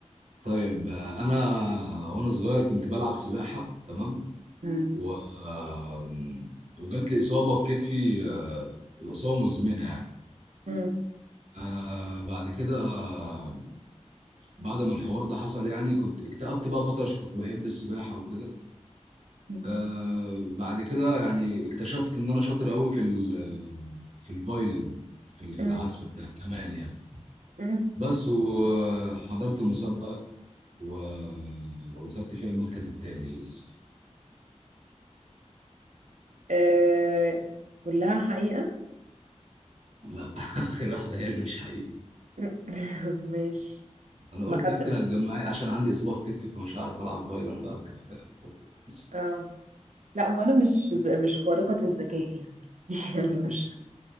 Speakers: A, on the right (about 65°); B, on the right (about 80°).
A: طيب آه، انا وانا صغير كنت بلعب سباحه تمام
B: مم.
A: و آم، وجات لي اصابه في كتفي آه، اصابه مزمنه يعني
B: مم.
A: آه بعد كده آه، بعد ما الحوار ده حصل يعني كنت اكتئبت بقى فتره عشان كنت بحب السباحه وكده
B: مم.
A: آه بعد كده يعني اكتشفت ان انا شاطر قوي في ال في الفايلن في ال- في
B: مم.
A: العزف بتاع كمان يعني
B: مم.
A: بس وحضرت مسابقة و- وخدت فيها المركز الثاني للأسف
B: آه. كلها حقيقة
A: لا <laughs> آخر واحدة هي اللي مش حقيقي
B: مم. <laughs> ماشي
A: أنا قلت
B: ما خدت
A: يمكن هتجمعي عشان عندي إصابة في كتفي فمش هعرف ألعب فايلن بقى بكفاءة بس
B: اه لا هو انا مش ز- مش خارقة الذكاء يعني <laughs> يعني مش